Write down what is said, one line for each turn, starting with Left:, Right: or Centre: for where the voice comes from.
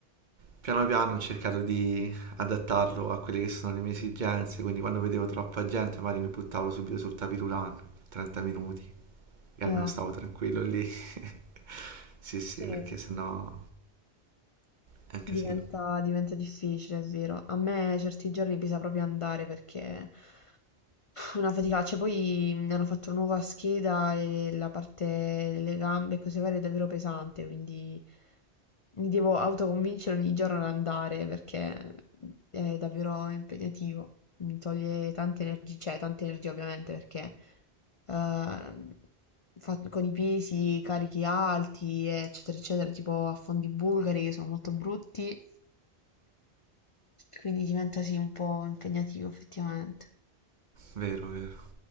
Right: piano piano ho cercato di adattarlo a quelle che sono le mie esigenze, quindi quando vedevo troppa gente magari mi buttavo subito sul tapirulan, 30 minuti, e
Left: Eh,
Right: almeno stavo tranquillo lì. <laughs> Sì, sì,
Left: sì,
Right: perché sennò è un
Left: diventa,
Right: casino.
Left: diventa difficile, è vero. A me certi giorni bisogna proprio andare perché... Fu una faticaccia, poi mi hanno fatto una nuova scheda e la parte, le gambe e cose varie è davvero pesante, quindi mi devo autoconvincere ogni giorno ad andare perché è davvero impegnativo, mi toglie tante energie, cioè tante energie ovviamente perché ehm, fa- con i pesi, carichi alti, eccetera, eccetera, tipo a fondi bulgari che sono molto brutti, quindi diventa sì un po' impegnativo effettivamente.
Right: Vero, vero.